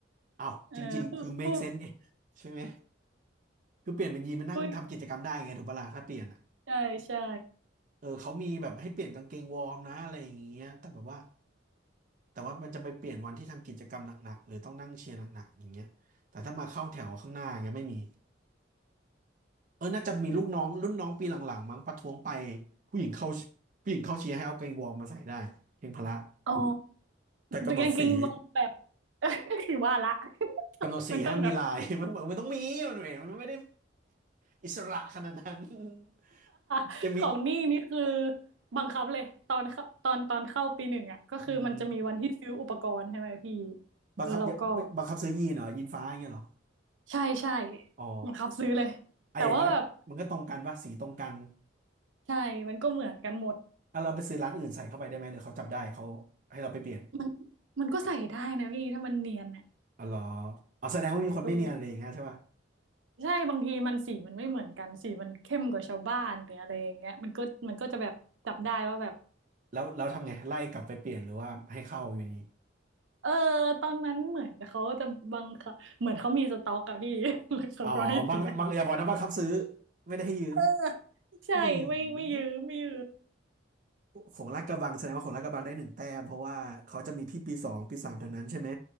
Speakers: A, on the right; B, on the right.
A: อ้าวจริงๆคือ
B: เออผู้ผู้
A: make sense ไงใช่ไหมคือเปลี่ยนเป็นยีนมานั่งทำกิจกรรมได้ไงถูกปะล่ะถ้าเปลี่ยนอะ
B: ผู้หญิงใช่ใช่
A: เออเขามีแบบให้เปลี่ยนกางเกงวอร์มนะอะไรอย่างเงี้ยแต่แบบว่าแต่ว่ามันจะไปเปลี่ยนวันที่ทำกิจกรรมหนักๆหรือต้องนั่งเชียร์หนักๆอย่างเงี้ยแต่ถ้ามาเข้าแถวข้างหน้าอย่างเงี้ยไม่มีเออน่าจะมีลูกน้องรุ่นน้องปีหลังๆมั้งประท้วงไปผู้หญิงเข้าผู้หญิงเข้าเชียร์ให้เอากางเกงวอร์มมาใส่ได้เพียงพละ
B: อ๋อ
A: แต่กำหนดสี
B: ตัวกางเกงวางแบบ <laughs> ว่าละ
A: กำหนดสีห้ามมีลาย
B: มันต้องแบบ
A: <laughs> มันบอกมันต้องมีมันไม่มันไม่ได้อิสระขนาดนั้น <laughs>
B: <laughs>
A: จะมี
B: ของนี่นี่คือบังคับเลยตอนเข้าตอนตอนเข้าปีหนึ่งอ่ะก็คือมันจะมีวันที่ซื้ออุปกรณ์ใช่ไหมพี่
A: อืมบังคับอย่าบังคับซื้อยีนเหรอยีนฟ้าอย่างเงี้ยเหรอ
B: แล้วเราก็ใช่ใช่
A: อ๋อ
B: บังคับซื้อเลยแต่ว่าแบบ
A: อ่ะอย่างน้อยมันก็ตรงกันป่ะสีตรงกัน
B: ใช่มันก็เหมือนกันหมด
A: อ่ะเราไปซื้อร้านอื่นใส่เข้าไปได้ไหมหรือเขาจับได้เขาให้เราไปเปลี่ยน
B: มันมันก็ใส่ได้นะพี่ถ้ามันเนียนอ่ะ
A: อ๋อเหรออ๋อแสดงว่ามีคนไม่เนียนอะไรอย่างเงี้ยใช่ป่ะ
B: อือ ใช่บางทีมันสีมันไม่เหมือนกันสีมันเข้มกว่าชาวบ้านหรืออะไรอย่างเงี้ยมันก็มันก็จะแบบจับได้ว่าแบบ
A: แล้วแล้วทำไง ไล่กลับไปเปลี่ยนหรือว่าให้เข้าอยู่ดี
B: เออตอนนั้นเหมือนเขาจะบังคับเหมือนเขามีสต็อกอะพี่ <laughs> แล้วเขาก็ให้ซื้อ
A: อ๋อบังบังเอียบอกนะบังคับซื้อไม่ได้ให้ยืม
B: เออใช่ไม่ไม่ยืมไม่ยืม
A: อืมของลาดกระบังแสดงว่าของลาดกระบังได้หนึ่งแต้มเพราะว่าเขาจะมีพี่ปีสองปีสามเท่านั้นใช่ไหม